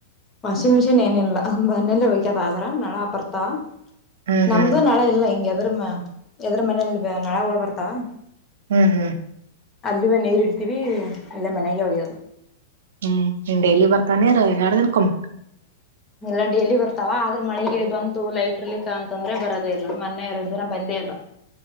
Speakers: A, on the left (about 15°); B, on the right (about 75°).
A: ವಾಷಿಂಗ್ ಮಿಷಿನ್ ಏನಿಲ್ಲ, ಮನೆಲ್ಲೆ ಹಯಕ್ಯದ ಆದ್ರ <unintelligible> ನ <unintelligible> ಹಾ ಬರ್ತಾ.
B: ಹ್ಮ್
A: ನಮ್ದು
B: ಹ್ಮ್
A: ನಾಳೆ ಇಲ್ಲ ಹಿಂಗಗೆದ್ರ <unintelligible> <unintelligible> ಎದ್ರ ಮನೇಲಿ <unintelligible> ನಾಳ ಬರ್ತಾವ <unintelligible>
B: ಹ್ಮ್ ಹ್ಮ್
A: ಆದ್ರುವೆ ನೀರ್ ಇಡೀತೀವಿ, ಇಲ್ಲ ಮನೆಯಾಗೆ ಓಗೆಯೋದು.
B: ಹ್ಮ, ಏನ್ ಡೈಲಿ ಬರ್ತಾವ್ ನೀರು? ಇಲ್ಲ ಎರಡ್ ದಿನ್ಕೊಮ್ಮೆ?
A: ಇಲ್ಲ, ಡೇಲಿ ಬರ್ತಾವ. ಆದ್ರೆ ಮಳೆಗಿಳಿ ಬಂತು ಲೈಟ್ ಇರ್ಲಿಕ್ಕ ಅಂತಂದ್ರೆ ಬರೋದೇ ಇಲ್ಲ. ಮೊನ್ನೆ ಎರಡ್ ದಿನ ಬಂದೇ ಇಲ್ಲ.